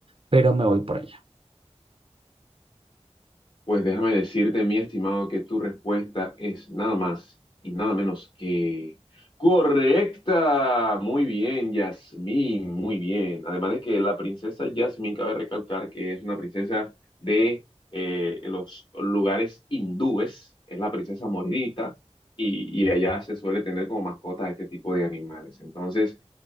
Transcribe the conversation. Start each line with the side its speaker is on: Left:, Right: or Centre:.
Right: pero me voy por ella.
Left: Pues déjame decirte, mi estimado, que tu respuesta es nada más y nada menos que correcta. Muy bien, Yasmín, muy bien. Además de que la princesa Yasmín, cabe recalcar que es una princesa de eh, los lugares hindúes, es la princesa moririta, y, y allá se suele tener como mascota a este tipo de animales. Entonces,